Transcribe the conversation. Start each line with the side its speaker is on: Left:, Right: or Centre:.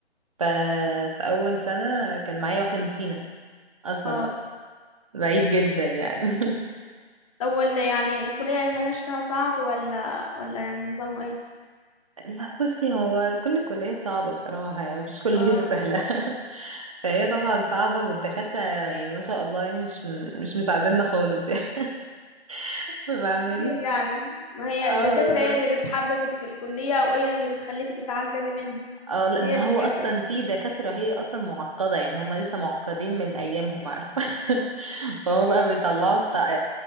Right: ف... في أول سنة كان معايا واحدة من سينا أصلا
Left: اه
Right: بقى بعيد جدا يعني <laughs>
Left: طب وال يعني الكلية اللي ملهاش فيها صعب ولا ولا يعني نظامه ايه
Right: لا بصي هو كل الكليات صعبة بصراحة يعني مفيش كلية
Left: اه
Right: <laughs> سهلة فهي طبعا صعبة والدكاترة يعني ما شاء الله يعني مش مش مساعديننا خالص يعني <laughs> فاهماني
Left: أكيد يعني ما هي
Right: اه
Left: الدكاترة
Right: بالظبط
Left: هي اللي بتحببك في الكلية وهي اللي بتخليك تتعجبي منها
Right: اه لا
Left: هي
Right: ما
Left: الدكاترة
Right: هو اصلا في دكاترة هي اصلا معقدة يعني هم لسه معقدين من ايامهم عارفة <laughs> فهم بقى بيطلعوا التع-